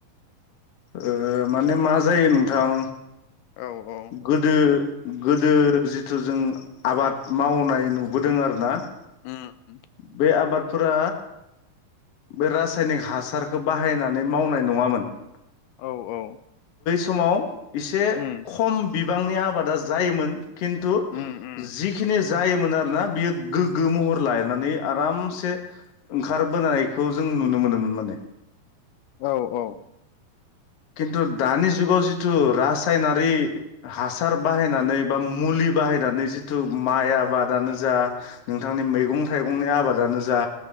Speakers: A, on the left (about 55°); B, on the left (about 75°).
A: ओ माने मा जायो नोंथां
B: औ औ
A: गोदो गोदो जिथु जों आबाद मावनाय नुबोदों आरोना ।
B: उम। उम
A: बे आबाद फोरा बे रास सायनिक हासारखौ बाहायनानै मावनाय नङामोन ।
B: औ औ।
A: समाव एसे
B: उम
A: खम बिब बांनि आबादा जायोमोन। खिनथु
B: उम उम
A: जिखिनि जायोमोन आरो ना बियो गोग्गो महर लाय नानै आरामसे ओंखारबोनायखौ जों नुनो मोनोमोन माने ।
B: औ औ।
A: खिन्थु दानि जुगाव जिथु रासायनारि हासार बाहायनानै बा मुलि बाहायनानै जिथु माइ आबादानो जा नोंथांनि मैगं थाइगंनि आबादानो जा